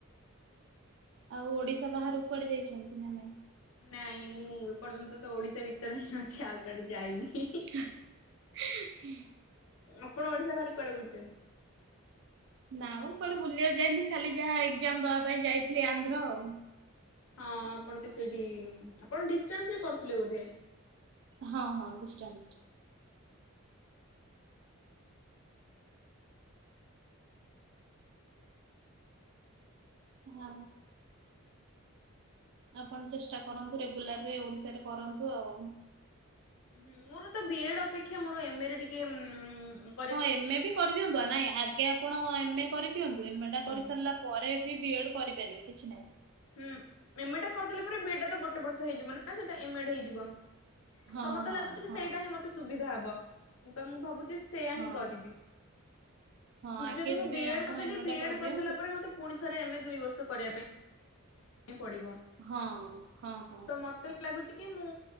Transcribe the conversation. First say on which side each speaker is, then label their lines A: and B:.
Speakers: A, on the right (about 55°); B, on the left (about 70°).
A: ଆଉ ଓଡିଶା ବାହାରକୁ କୁଆଡେ ଯାଇଛନ୍ତି ନା ନାଇଁ?
B: ନାଇଁ ମୁଁ ଏପର୍ଯ୍ୟନ୍ତ ତ ଓଡିଶା ଭିତରେ ହିଁ ଅଛି ଆଉ କୁଆଡେ ଯାଇନି, ହିଁ, ହିଁ।
A: <inaudible>
B: ଆପଣ ଓଡିଶା ବାହାରେ କୁଆଡେ ବୁଲିଛନ୍ତି?
A: ନା ମ ମୁଁ କଆଡେ ବୁଲିବାକୁ ଯାନି ଖାଲି ଯାହା ଏକ୍ଜାମ ଦବା ପାଇଁ ଯାଇଥିଲି ଆନ୍ଧ୍ର ଆଉ।
B: ହଁ, ଆପଣ ତ ସେଇଠି ଆପଣ ଡିଷ୍ଟାନ୍ସରେ କରୁଥିଲେ ବୋଧେ?
A: ହଁ, ହଁ ଡିଷ୍ଟାନ୍ସରେ।
B: ଆଛା <unintelligible>
A: ହଁ। ଆପଣ ଚେଷ୍ଟା କରନ୍ତୁ ରେଗୁଲାରରେ ଓଡ଼ିଶାରେ କରନ୍ତୁ ଆଉ।
B: ହଁ, ମୋର ତ ବି ଏଡ ଅପେକ୍ଷା ମୋର ଏମ ଏ ରେ ଟିକେ ଉମ୍
A: ହଁ, ଏମ ଏ ବି କରିଦିଅନ୍ତୁ ଆ ନାଇଁ ଆଗେ ଆପଣ ଏମ ଏ କରିଦିଅନ୍ତୁ ଏମ ଏ ଟା
B: ହୁଁ
A: କରିସାରିଲା ପରେ ବି ବି ଏଡ୍ କରିପାରିବେ କିଛି ନାହିଁ।
B: ହୁଁ, ଏମ ଏ ଟା କରିଦେଲା ପରେ ବି ଇ ଡି ତ ଗୋଟେ ବର୍ଷ ହେଇଯିବ ନା ସେଟା ଏମ ଏଡ ହେଇଯିବ।
A: ହଁ
B: ତ ମତେ
A: ହଁ
B: ଲାଗୁଛି କି
A: ହଁ
B: ସେଇଟା ହିଁ ମତେ ସୁବିଧା ହବ ତ ମୁଁ ଭାବୁଛି ସେୟଆ
A: ହଁ
B: ହିଁ କରିବି
A: ହଁ ଆଗେ
B: ଯଦି ମୁଁ
A: ବେ
B: ବି ଏ
A: ଆପଣ
B: ଡ କରିଦେଲି
A: ଏମେ
B: ବି
A: ଟା କରିଦିଅନ୍ତୁ
B: ଏଡ୍ କରିସାରିଲା ପରେ ମତେ ପୁଣି ଥରେ ଏମ୍ ଏ ଦୁଇ ବର୍ଷ କରିବା ପାଇଁ ପଡ଼ିବ।
A: ହଁ। ହଁ ହଁ
B: ତ ମତେ ଲାଗୁଛି କି ମୁଁ